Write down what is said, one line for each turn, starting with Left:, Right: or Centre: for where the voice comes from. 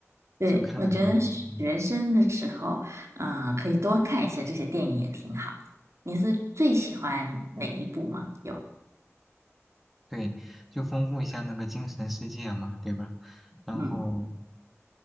Right: 对，
Centre: 就看了挺多，
Right: 我觉得学生的时候，
Centre: 嗯，
Right: 呃，可以多看一些这些电影也挺好。你是最喜欢哪一部吗？有，
Centre: 对，就丰富一下那个精神世界嘛，对吧？然后
Right: 嗯。